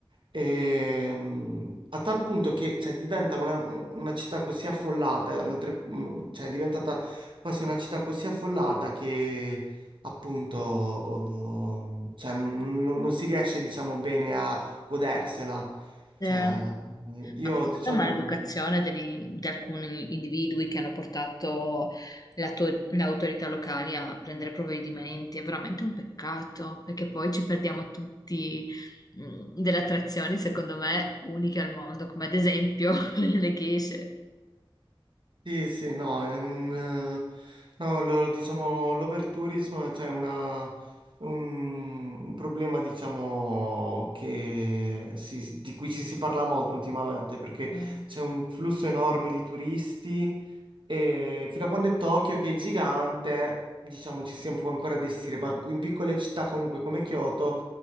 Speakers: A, on the right; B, on the left.
A: e, mm, a tal punto che cioè, diventa una, un- una città così affollata, l'altre- mm, cioè è diventata quasi una città così affollata che appunto oh, cioè, non, non non si riesce, diciamo, bene a godersela.
B: eh.
A: Cioè,
B: Eh,
A: io,
B: Ma più che
A: diciamo.
B: altro è maleducazione degli- di alcuni individui che hanno portato la to- le autorità locali a prendere provvedimenti. È veramente un peccato, perché poi ci perdiamo tutti mm, delle attrazioni, secondo me, uniche al mondo, come ad esempio <laughs> le geishe.
A: Sì, sì, no, è un... eh, No, lo- diciamo, l'overtourismo è cioè una- un, un problema, diciamo, che si- di cui ci si parla molto ultimamente, perché
B: Mm.
A: c'è un flusso enorme di turisti e fino a quando è Tokyo, che è gigante, diciamo ci si può ancora destinare, ma in piccole città comunque come Kyoto,